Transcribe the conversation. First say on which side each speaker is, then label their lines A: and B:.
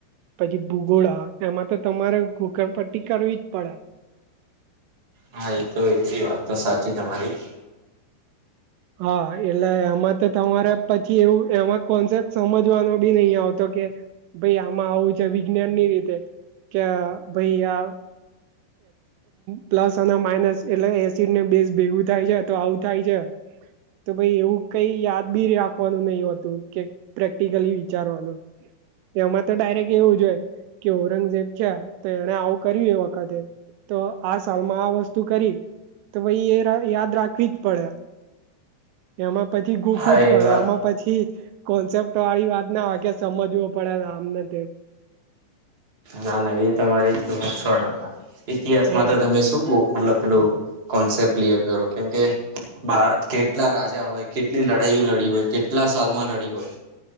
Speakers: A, on the right; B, on the right.
A: પછી ભૂગોળા એમાં તો તમારે ઘોકણ પટ્ટી કરવી જ પડે.
B: હા એ તો એી વાત તો સાચી તમારી.
A: હા એટલે એમાં તો તમારે પછી એવું એમાં કોન્સેપ્ટ સમજવાનો બી નહીિ આવતો કે. ભાઈ આમાં આવું છે વિજ્ઞાન ની રીતે કે ભાઈ આ. પ્લસ અને માઇનસ એટલે એસિડ ને બેસ ભેગું થાય છે તો આવું થાય છે. તો ભાઈ એવું કઈ યાદ બી રાખવાનું નહીિ હોતું કે. પ્રેક્ટિકલી વિચારવાનું. એમાં તો ડાયરેક્ટ એવું જોઈ કે ઔરંગઝેબ છેયા તો એને આવું કર્યું એ વતે. તે તો આ સાલમાં આ વસ્તુ કરી તો પાઈ એ યાદ રાખવી જ પડે. એમાં પછી ગોકું
B: હા
A: જ
B: એ
A: પડે
B: વાત
A: આમાં પછી. કોન્સેપ્ટ વાળી વાત ના વા કે સમજવો પડે આમને તેમ.
B: ના ના એ તમારી વા છડ હતા ઇતિહાસમાં
A: હા
B: તો તમે શું કહ મતલબ પેલું. કોન્સેપ્ટ ક્લિયર કરો કેમ કે. બા કેટલા રાજા હોય કેટલી લડાઈઓ લડી હોય કેટલા સાલમાં લડી હોય.